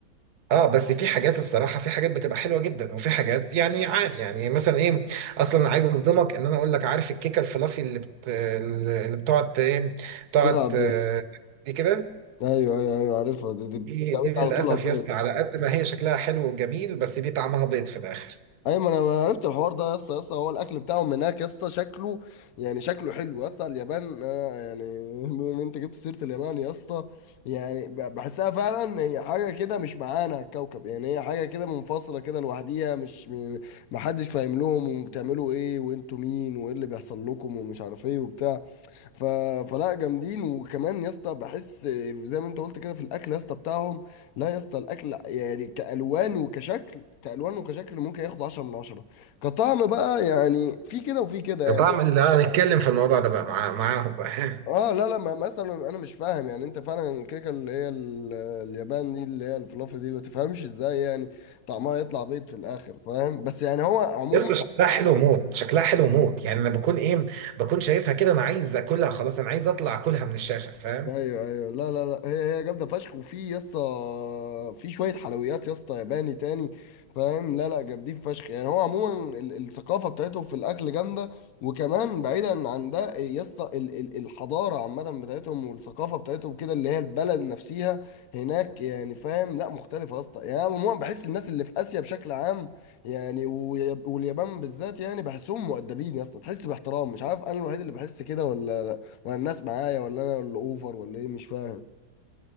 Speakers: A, on the right; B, on the left.
A: اه بس في حاجات الصراحه في حاجات بتبقى حلوه جدا وفي حاجات يعني عادي يعني مثلا ايه اصلا عايز اصدمك ان انا اقول لك عارف الكيكه الفلافي اللي بت... اللي بتقعد ايه بتقعد
B: تلعب دي
A: آه، دي كده
B: ايوه ايوه ايوه عارفها دي, دي بتتعمل
A: دي دي للأسف
B: على طول على الفيس
A: يا اسطى على قد ما هي شكلها حلو وجميل بس دي طعمها بيض في الآخر
B: ايوه ما انا ما أنا عرفت الحوار ده يا اسطى يا اسطى هو الاكل بتاعهم هناك يا اسطى شكله يعني شكله حلو يا اسطى اليابان آه، يعني <laughs> بما ان انت جبت سيره اليابان يا اسطى يعني ب- بحسها فعلا هي حاجه كده مش معانا على الكوكب يعني هي حاجه كده منفصله كده لوحديها مش م- ما حدش فاهم لهم وبتعملوا ايه وانتوا مين وايه اللي بيحصل لكم ومش عارف ايه وبتاع ف... فلا جامدين وكمان يا اسطى بحس زي ما انت قلت كده في الاكل يا اسطى بتاعهم لا يا اسطى الاكل يعني كالوان وكشكل كالوان وكشكل ممكن ياخد 10 من 10 كطعم بقى يعني في كده وفي كده
A: كطعم
B: يعني
A: اللي هنتكلم في الموضوع ده بقى مع... معاهم بقى <laughs>
B: اه لا لا ما مثلا انا مش فاهم يعني انت فعلا الكيكه اللي هي ال- اليابان دي اللي هي الفلافل دي ما تفهمش ازاي يعني طعمها يطلع بيض في الاخر فاهم بس يعني هو عموما
A: يا اسطى شكلها حلو موت شكلها حلو موت يعني أنا بكون إيه بكون شايفها كده أنا عايز أكلها خلاص أنا عايز أطلع أكلها من الشاشة فاهم
B: ايوه ايوه لا لا لا هي هي جامده فشخ وفي يسطا في شويه حلويات يسطا ياباني تاني فاهم لا لا جامدين فشخ يعني هو عموما ال- الثقافه بتاعتهم في الاكل جامده وكمان بعيدا عن ده يسطا ال- ال- الحضاره عامه بتاعتهم والثقافه بتاعتهم كده اللي هي البلد نفسها هناك يعني فاهم لا مختلفه يسطا يعني أنا عموما بحس الناس اللي في اسيا بشكل عام يعني ويا- واليابان بالذات يعني بحسهم مؤدبين يسطا تحس باحترام مش عارف انا الوحيد اللي بحس كده ولا ولا الناس معايا ولا انا اللي اوفر ولا ايه مش فاهم